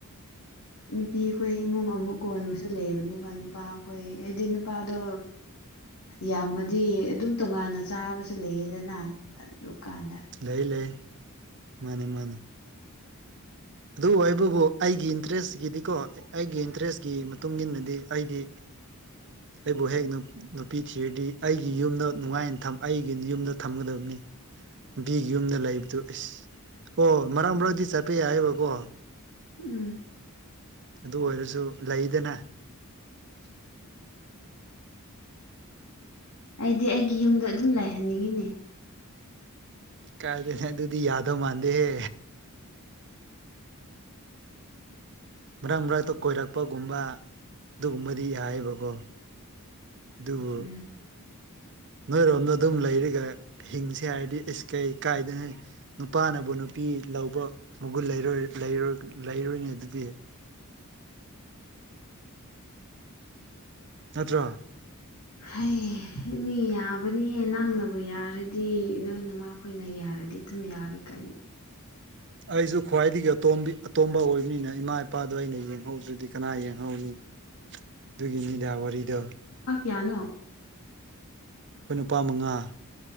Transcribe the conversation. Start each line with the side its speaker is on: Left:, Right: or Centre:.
Left: ꯅꯨꯄꯤꯈꯣꯏ ꯏꯃꯨꯡ ꯑꯃꯨꯛ ꯀꯣꯟꯕꯁꯨ ꯂꯩꯕꯅꯦꯕ ꯅꯨꯄꯥ ꯑꯩꯈꯣꯏ ꯍꯥꯏꯗꯤ ꯅꯨꯄꯥꯗꯣ ꯌꯥꯝꯃꯗꯤ ꯑꯗꯨꯝ ꯇꯣꯉꯥꯟꯅ ꯆꯥꯕꯁꯨ ꯂꯩꯌꯦꯗꯅ ꯑꯗꯨꯀꯥꯟꯗ
Right: ꯂꯩꯏ ꯂꯩ ꯃꯥꯅꯦ ꯃꯥꯅꯦ ꯑꯗꯨꯕꯨ ꯑꯩꯕꯕꯨ ꯑꯩꯒꯤ ꯏꯟꯇꯔꯦꯁꯀꯤꯗꯤꯀꯣ ꯑꯩꯒꯤ ꯏꯟꯇꯔꯦꯁꯀꯤ ꯃꯇꯨꯡ ꯏꯟꯅꯗꯤ ꯑꯩꯗꯤ ꯑꯩꯕꯨ ꯍꯦꯛ ꯅꯨꯄꯤ ꯊꯤꯔꯗꯤ ꯑꯩꯒꯤ ꯌꯨꯝꯗ ꯅꯨꯡꯉꯥꯏꯅ ꯑꯩꯒꯤ ꯌꯨꯝꯗ ꯊꯝꯒꯗꯕꯅꯤ ꯕꯤꯒꯤ ꯌꯨꯝꯗ ꯂꯩꯕꯗꯨ ꯑꯦꯁ ꯑꯣ ꯃꯔꯛ ꯃꯔꯛꯇꯗꯤ ꯆꯠꯄ ꯌꯥꯏꯕꯀꯣ
Left: ꯎꯝ
Right: ꯑꯗꯨ ꯑꯣꯏꯔꯁꯨ ꯂꯩꯗꯅ
Left: ꯑꯩꯗꯤ ꯑꯩꯒꯤ ꯌꯨꯝꯗ ꯑꯗꯨꯝ ꯂꯥꯏꯍꯟꯅꯤꯡꯉꯤꯅꯦ
Right: ꯀꯥꯏꯗꯅꯦ ꯇꯗꯨꯗꯤ ꯌꯥꯗꯣ ꯃꯥꯥꯟꯗ ꯍꯦ ꯃꯔꯛ ꯃꯔꯛꯇ ꯀꯣꯏꯔꯛꯄꯒꯨꯝꯕ ꯑꯗꯨꯒꯨꯝꯕꯗꯤ ꯌꯥꯌꯦꯕꯀꯣ ꯗꯕ
Left: ꯎꯝ
Right: ꯅꯣꯏꯔꯣꯝꯗꯣ ꯑꯗꯨꯝ ꯂꯩꯔꯒ ꯍꯤꯡꯁ ꯍꯥꯏꯔꯗꯤ ꯑꯩ ꯀꯩ ꯀꯥꯏꯗꯅ ꯅꯨꯄꯥꯅꯕꯨ ꯅꯨꯄꯤ ꯅꯨ ꯄꯄꯤ ꯂꯧꯕ ꯃꯒꯨꯟ ꯂꯩꯔ ꯂꯩꯔꯣꯏꯅꯤꯩ ꯑꯗꯨꯗꯤ ꯅꯠꯇ꯭ꯔ
Left: ꯍ ꯃꯤ ꯌꯥꯕꯅꯤꯍꯦ ꯅꯪꯅꯕꯨ ꯌꯥꯔꯗꯤ ꯅꯣꯏꯅꯃꯛ ꯑꯩꯈꯣꯏꯅ ꯌꯥꯔ ꯍꯥꯏꯗꯤ ꯑꯗꯨꯝ ꯌꯥꯔꯦ ꯀꯥꯏꯅ
Right: ꯑꯩꯁꯨ ꯈ꯭ꯋꯥꯏꯗꯒꯤ ꯑꯇꯣ ꯑꯇꯣꯝꯕ ꯑꯣꯏꯕꯅꯤꯅ ꯏꯃꯥ ꯏꯄꯥꯗꯣ ꯑꯩꯅ ꯌꯦꯡꯍꯧꯗ꯭ꯔꯗꯤ ꯀꯅꯥ ꯌꯦꯡꯍꯧꯅꯤ ꯑꯗꯨꯒꯤ ꯃꯤꯗꯥ ꯋꯥꯔꯤꯗ
Left: ꯌꯥꯅꯣ
Right: ꯑꯩꯈꯣꯏ ꯅꯨꯄꯥ ꯃꯉꯥ